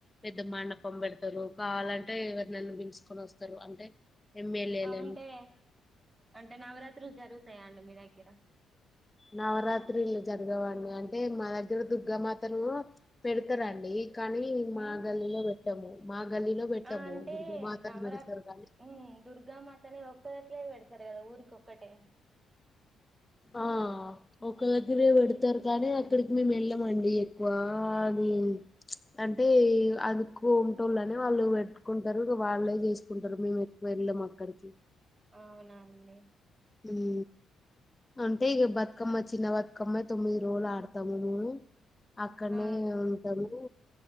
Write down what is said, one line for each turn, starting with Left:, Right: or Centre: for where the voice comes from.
Left: పెద్ద మాండపం పెడతారు కావాలంటే ఎవరి నన్ను వించుకొని వస్తారు అంటే ఎమ్మెల ఎల
Right: ఆ, అంటే అంటే నవరాత్రులు జరుగుతాయా అండి మీ దగ్గర
Left: నవరాత్రిలు జరగవండి అం అంటే మా దగ్గర దుర్గామాతను పెడతరండి కానీ మా
Right: ఉమ్.
Left: గల్లిలో టము మా గల్లీలో పెట్టము
Right: ఆ అంటే
Left: దుర్గామాతను
Right: నవరా
Left: పెడతారు కానీ
Right: దుర్గామాతనే ఒక్కద పెడుత సారు కదా ఊరికి ఒక్కటే
Left: ఆ ఒక దగ్గరే పెడతారు కానీ అక్కడికి మేము వెళ్ళమండి ఎక్కువ ఆది అంటే అదికోంటళ్ళన వాళ్ళు పెట్టుకుంటరు ఇక వాళ్ళే చేసుకుంటారు మేము ఎక్కువ వెళ్ళము అక్కడికి
Right: అవునా అండి
Left: ఉ అంటేగ బతుకమ్మ చిన్న బ కమ్మే తొమ్మిది రోజులు ఆడతాము అక్కడనే
Right: ఆ
Left: ఉంటాము